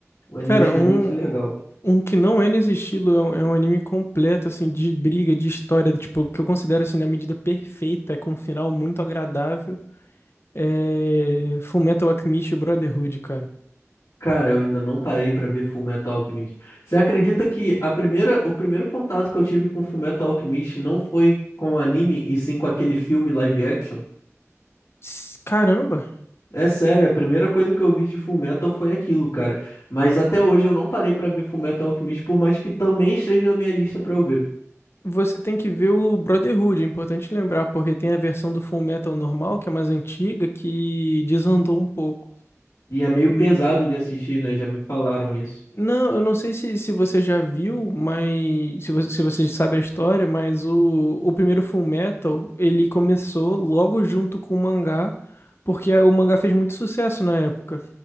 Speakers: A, on the left (about 80°); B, on the left (about 50°).
A: O anime
B: Cara,
A: é realmente
B: um
A: legal.
B: um que não é nesse estilo é um, é um anime completo assim de briga, de história, tipo, que eu considero assim na medida perfeita, com um final muito agradável, é Fullmetal Alchemist Brotherhood, cara.
A: Cara, eu ainda não parei pra ver Fullmetal Alchemist. Você acredita que a primeira, o primeiro contato que eu tive com Fullmetal Alchemist não foi com anime, e sim com aquele filme live action?
B: S- Caramba,
A: É sério, a primeira coisa que eu vi de Fullmetal foi aquilo, cara. Mas até hoje eu não parei pra ver Fullmetal Alchemist, por mais que também esteja na minha lista pra eu ver.
B: Você tem que ver o Brotherhood, é importante lembrar, porque tem a versão do Fullmetal normal, que é mais antiga, que desandou um pouco.
A: E é meio
B: N-
A: pesado de assistir, né? Já me falaram isso.
B: Não, eu não sei se, se você já viu, mas se você, se você sabe a história, mas o, o primeiro Fullmetal, ele começou logo junto com o mangá, porque a- o mangá fez muito sucesso na época.